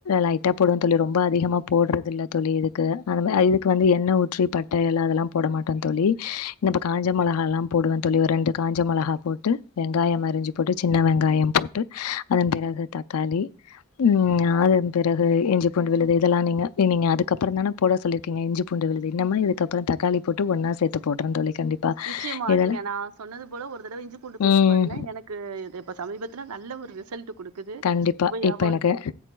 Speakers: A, on the left (about 75°); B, on the right (about 80°).
A: லைட்டா போடுவ தோழி ரொம்ப அதிகமா போடுறது இல்ல தோழி இதுக்கு அ இது வந்து எண்ணெய ஊற்றி பட்ட எல அதெல்லாம் போட மாட் டந் தோழி இந்த ப காஞ்ச மொளகாலாம் போடுவன் தோழி ஒரு ரெண்டு காஞ்ச மொளகா போட்டு வெங்காயம் அருஞ்சு போட்டு சின்ன வெங்காயம் போட்டு அதன் பிறகு தக்காளி ம் அதன் பிறகு இஞ்சி பூண்டு விழுது இதெல்லா நீங்க நீங்க அதுக்கப்பறந்தான போட சொல்லிருக்கீங்க இஞ்சி பூண்டு விழுது இன்னமா இதுக்கப்பறோ தக்காளி போட்டு ஒன்னா சேத்து போட்றந் தோழி கண்டிப்பா
B: நிச்சயமா
A: இதெல்லா
B: நீங்க நா சொன்னது போல ஒரு தடவ இஞ்சி பூண்டு பேஸ்ட்டு
A: ம்
B: பாருங்க எனக்கு இது சமீபத்துல நல்ல ஒரு ரிசல்ட் குடுக்குது
A: கண்டிப்பா
B: சுவையாவு
A: இப்ப எனக்கு
B: இருக்கு